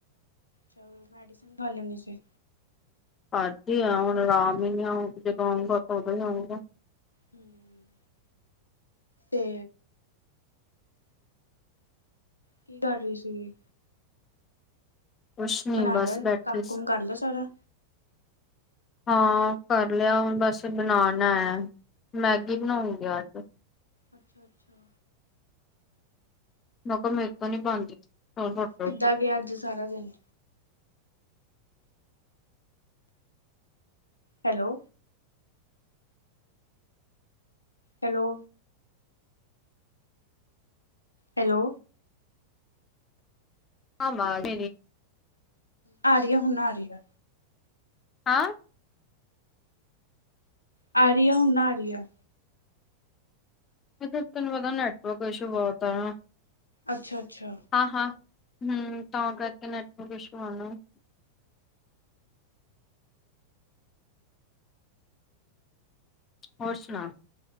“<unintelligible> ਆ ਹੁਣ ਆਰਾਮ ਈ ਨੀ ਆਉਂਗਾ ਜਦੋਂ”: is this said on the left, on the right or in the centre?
Left